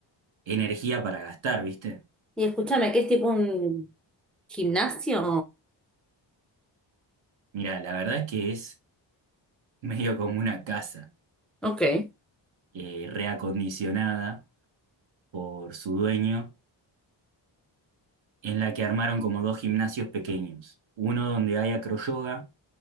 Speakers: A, on the right (about 75°); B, in the centre.
A: energía para gastar, ¿viste?
B: Y escúchame, ¿qué es tipo un gimnasio
A: Mira, la verdad es que es <laughs> medio como una casa
B: Ok.
A: eh, reacondicionada por su dueño, en la que armaron como dos gimnasios pequeños. Uno donde hay acroyoga